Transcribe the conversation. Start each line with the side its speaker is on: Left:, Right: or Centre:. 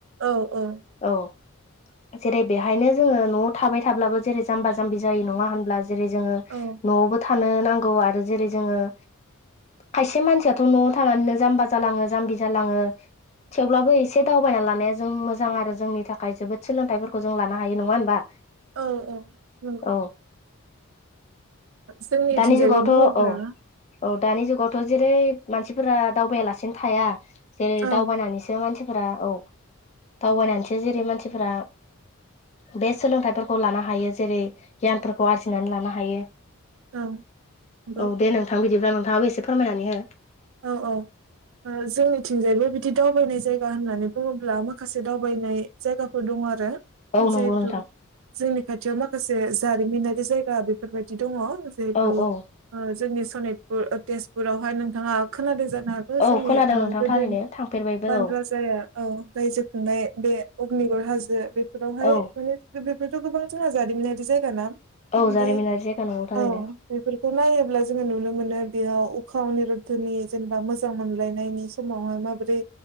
Right: औ औ।
Left: औ जेरै बेहायनो जोंङो न'आव थाबाय थाब्लाबो जेरै जाम्बा जाम्बि जायो नङा होनब्ला जेरै जोङो
Right: औ
Left: न'आवबो थानो नांगौ आरो जेरै जोंङो खायसे मानसियाथ' न'आव थानानैनो जाम्बा जालाङो जाम्बि जालाङो। थेवब्लाबो एसे दावबायना लानाया जों मोजां आरो जोंनि थाखाय जोबोद सोलोंथाइफोरखौ जों लानो हायो नङा होमबा।
Right: औ औ नंगौ
Left: औ
Right: जोंनिथिंजायबो
Left: दानि जुगावथ'
Right: बुङोब्ला
Left: औ औ दानि जुगाव जेरै मानसिफोरा दावबायलासिनो थाया जेरै
Right: औ
Left: दावबायनानैसो मानसिफोरा औ दावबायनानैसो जेरै-मानसिफोरा बे सोलोंथाइफोरखौ लानो हायो जेरै-गियानफोरखौ आरजिनानै लानो हायो
Right: औ नंगौ
Left: औ दे नोंथां बिदिब्ला नोंथाङाबो एसे फोरमायनानै हो।
Right: औ-औ जोंनिथिंजायबो बिदि दावबायनाय जायगा होननानै बुंङोब्ला माखासे दावबायनाय जायगाफोर दङ आरो
Left: औ
Right: जिहेतु
Left: नंगौ नोंथां
Right: जोंनि खाथियाव माखासे जारिमिनारि जायगा बेफोरबायदि दंङ। जिहेतु
Left: औ औ
Right: ओ जोंनि सनितपुर तेजपुरावहाय नोंथाङा खोनादों जानो हागौ। जोंनि
Left: औ खोनादों
Right: ओ
Left: नोंथां
Right: गोदोनि
Left: थारैनो थांफेरबायबो
Right: बान
Left: औ
Right: राजा जाया औ रायजो खुंनाय बे अग्निगर हाजो बेफोरावहाय
Left: औ
Right: माने बेफोरथ' गोबां जोंहा जारिमिनारि जायगा ना
Left: औ जारिमिनारि
Right: बे
Left: जायगा नंगौ थारैनो।
Right: औ बेफोरखौ नायोब्ला जोंङो नुनो मोनो बेयाव उखा अनिरुध्वनि जेनेबा मोजां मोनलायनायनि समावहाय माबोरै